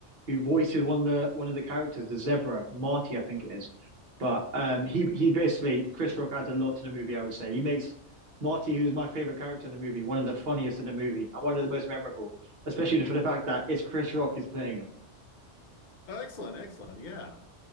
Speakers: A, on the right; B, on the left.
A: who voices one of the one of the characters, the zebra, Marty, I think it is. But um, he he basically Chris Rock adds a lot to the movie. I would say he makes Marty, who's my favorite character in the movie, one of the funniest in the movie and one of the most memorable, especially for the fact that it's Chris Rock who's playing him.
B: Oh, excellent, excellent. Yeah.